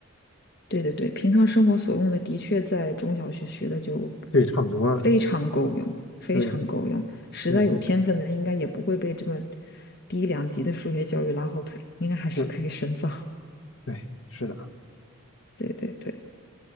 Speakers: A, on the left; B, on the left.
A: 对对对，平常生活所用的的确在中小学学的就
B: 对，差不多了，
A: 非常够用，非常够用。
B: 对，
A: 实在有天分的，
B: 对，
A: 应该也不会被这么低两级的数学教育拉后腿，应该还是可以深造。
B: 是的，
A: <laughs>
B: 对，是的，
A: 对对对，